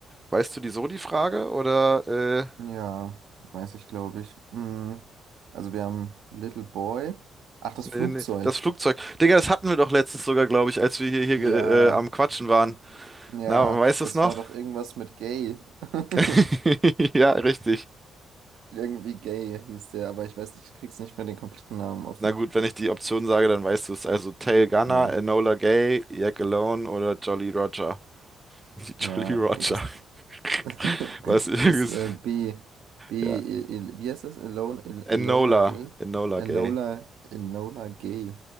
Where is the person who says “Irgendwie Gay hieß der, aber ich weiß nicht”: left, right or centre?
Right